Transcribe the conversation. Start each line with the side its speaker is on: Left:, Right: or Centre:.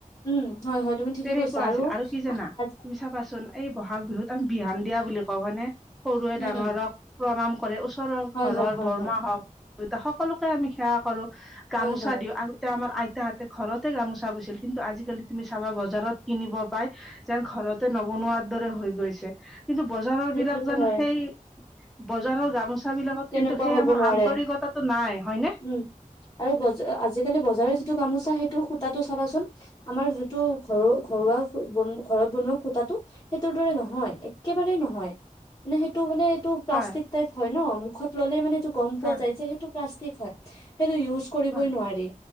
Left: উম হয় হয় তুমি ঠিকে
Centre: তেনেকুৱা
Left: কৈছা
Centre: আছিল আৰু কি জানা
Left: আৰু
Centre: তুমি চাবাচোন এই ব'হা গ বিহুত আমি বিহান দিয়া বুলি কওঁ হয়নে, সৰুৱে
Left: উম
Centre: ডাঙৰক
Left: উম
Centre: প্ৰণাম কৰে ওচৰৰ
Left: হয়
Centre: ঘৰৰ
Left: হয় হয়
Centre: বৰমা
Left: হয়
Centre: হওঁক দেউতা সকলোকে আমি সেৱা কৰো, গামোচা
Left: হয় হয়
Centre: দিওঁ আগতে আমাৰ আইতাহঁতে ঘৰতে গামোচা বৈছিল কিন্তু আজিকালি তুমি চাবা বজাৰত কিনিব পাই যেন ঘৰতে নবনোৱাৰ দৰে হৈ গৈছে কিন্তু বজাৰৰ
Left: সেইটোয়ে
Centre: বিলাক জানো
Left: হয়
Centre: সেই বজাৰৰ গামোচা বিলাকত
Left: তেনেকুৱা
Centre: কিন্তু সেই
Left: হ'ব
Centre: আমাৰ
Left: নোৱাৰে
Centre: আন্তৰিকতাটো নাই হয়নে
Left: উম আৰু বজা আজিকালি বজাৰৰ যিটো গামোচা সেইটো সূতাটো চাবাচোন আমাৰ যিটো ঘৰু ঘৰুৱা ঘৰত বনোৱা সূতাটো সেইটোৰ দৰে নহয়, একেবাৰে ন হয় মে সেইটো মানে এইটো প্লাষ্টিক
Centre: হয়
Left: টাইপ হয় ন মুখত ললে মানে গম পোৱা
Centre: হয়
Left: যায় যে সেটোক প্লাষ্টিক হয় সেইটো ইউজ কৰিবই
Centre: হয়
Left: নোৱাৰি